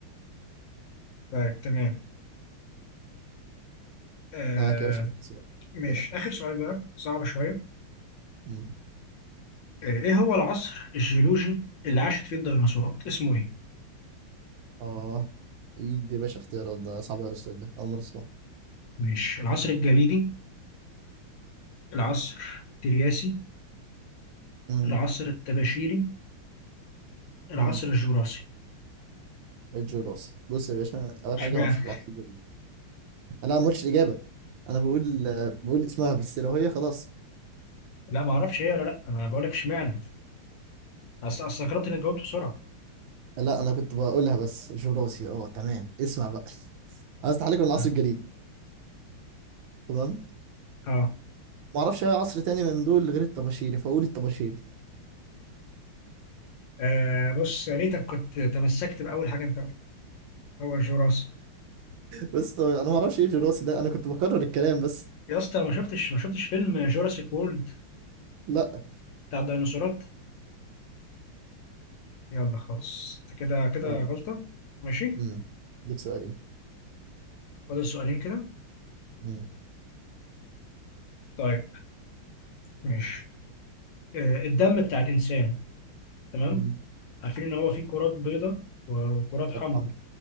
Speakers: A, on the left; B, on the right.
A: <laughs> طيب تمام آه
B: معاك يا باشا في السؤال
A: مش
B: قلت لك
A: آخر سؤال بقى صعب شوية
B: مم.
A: آه، ايه هو العصر الجيولوجي اللي عاشت فيه الديناصورات اسمه ايه
B: اه ايد يا باشا اختيارات ده صعب قوي السؤال ده اول مره اسمعه
A: ماشي العصر الجليدي العصر الترياسي
B: مم.
A: العصر الطباشيري العصر
B: مم.
A: الجوراسي
B: الجوراس بص يا باشا اول
A: اشمعنى
B: حاجه هو مش العطف الجوي لا ما قلتش الاجابه انا بقول بقول اسمها بس لو هي خلاص
A: <laughs> لا ما اعرفش ايه ولا لا انا بقول لك اشمعنى اصل اصل استغربت انك جاوبت بسرعه
B: لا انا كنت بقولها بس جوراسي اه تمام اسمع بقى عايز تحليق من العصر
A: اه
B: الجليدي تمام
A: آه.
B: ما اعرفش اي عصر تاني من دول غير الطباشيري فاقول الطباشيري
A: آه، بص يا ريتك كنت تمسكت باول حاجه انت قلتها هو الجوراسي
B: بس انا ما اعرفش ايه جراسي ده انا كنت بكرر الكلام بس
A: يا اسطى ما شفتش ما شفتش فيلم جوراسيك وورلد
B: لا
A: بتاع الديناصورات يلا خلاص أنت كده كده
B: يلا
A: غلطه ماشي
B: امم اديك سؤالي
A: فاضل سؤالين كده
B: امم
A: طيب ماشي آه، الدم بتاع الانسان تمام
B: امم
A: عارفين ان هو فيه كرات بيضاء وكرات
B: كرات
A: حمراء
B: حمراء